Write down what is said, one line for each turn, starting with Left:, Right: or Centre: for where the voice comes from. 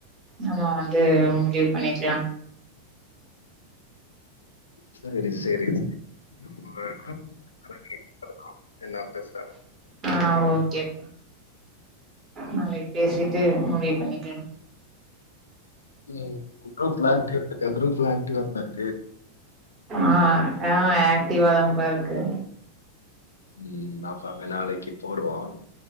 Right: நம்ம வந்து முடிவு பண்ணிக்லா
Left: செரி செரித் செரி <unintelligible> என்ன பேசுறாக
Right: ஆ ஓகேப்பா நாளைக் பேசிட்டு முடிவு பண்ணிக்லா.
Left: உம் குரூப்ல அட்டீவ் இருக்கு. குரூப்ல ஆக்டிவா இருப்பாரு.
Right: ஆஹ் ஆஹ் ஆக்டிவாதான்ப்பா இருக்கு.
Left: ம் பாப்பாங்க நாளைக்கு போடுவோ.